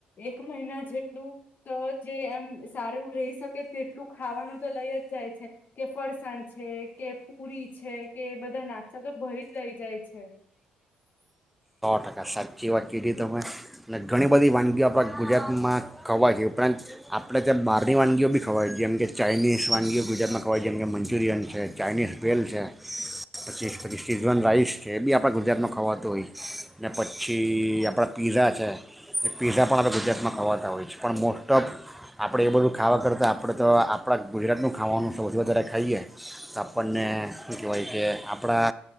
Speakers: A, on the left; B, in the centre.
A: એક મહિના જેટલું તો જે એમ સારું રહી શકે તેટલું ખાવાનું તો લઈ જ જાય છે કે ફરસાણ છે કે પુરી છે કે બધા નાસ્તા તો ભરી જ લઈ જાય છે.
B: સો ટકા સાચી વાતચી હતી તમે અને ઘણી બધી વાનગીઓ આપણા ગુજરાતમાં ખાવાય છે ઉપરાંત આપણે ત્યાં બહારની વાનગીઓ બી ખવાય જેમ કે ચાઇનીઝ વાનગીઓ ગુજરાતમાં ખવાય જેમ કે મંચુરિયન છે ચાઇનીઝ ભેલ છે પચીસ પચીસ સીઝવન રાઇસ છે એ બી આપણે ગુજરાતમાં ખવાતું હોય છે. ને પછી આપણા પીઝા છે એ પીઝા પણ આપણે ગુજરાતમાં ખાવાતા હોય છે પણ મોસ્ટ ઓફ આપણે એ બધું ખાવા કરતાં આપણે તો આપણા ગુજરાતનું ખાવાનું વધુ વધારે ખાઈએ તો આપણને શું કહેવાય કે આપણા